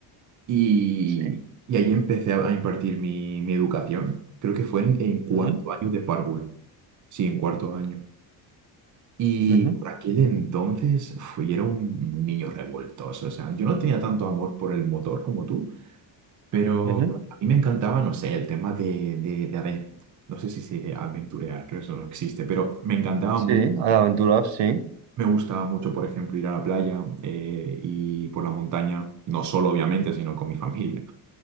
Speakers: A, on the right; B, on the right.
A: Y,
B: Sí.
A: y ahí empecé a, a impartir mi, mi educación. Creo que fue en, en cuarto
B: Ujú,
A: año de párvulo. Sí, en cuarto año. Y
B: ujú,
A: por aquel entonces, uf, yo era un niño revoltoso, o sea, yo no tenía tanto amor por el motor como tú, pero
B: ujú.
A: a mí me encantaba, no sé, el tema de, de, de aven- no sé si se dice aventurear, creo que eso no existe, pero me encantaba
B: Sí,
A: mucho.
B: hay aventuras, sí.
A: Me gustaba mucho, por ejemplo, ir a la playa eh, y por la montaña, no solo obviamente, sino con mi familia.